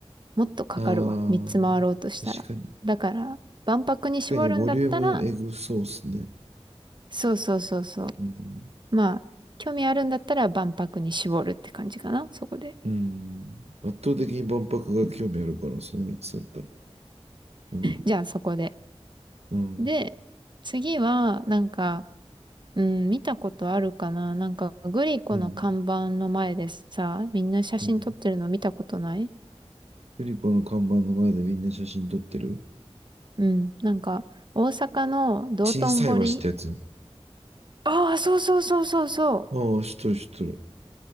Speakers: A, on the right (about 45°); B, on the right (about 75°).
A: もっとかかるわ。
B: うん。
A: 3つ回ろうとしたら。
B: ああ、確かに。
A: だから、万博に絞るんだったら、
B: 確かにボリュームエグそうスすね。
A: そうそうそうそう。
B: うん。
A: まあ、興味あるんだったら万博に絞るって感じかな。そこで。
B: うん。圧倒的に万博が興味あるから、その3つだったら。うん。
A: じゃあそこで。
B: うん。
A: で、次は、なんか、うん、見たことあるかななんか、グリコの看板の前でさ、
B: うん。
A: みんな写真撮ってるの見たことない
B: うん。グリコの看板の前でみんな写真撮ってる。
A: うん。なんか、大阪の道頓堀。
B: 小さい橋ってやつ。
A: ああ、そうそうそうそうそ
B: ああ、知っとる知っとる。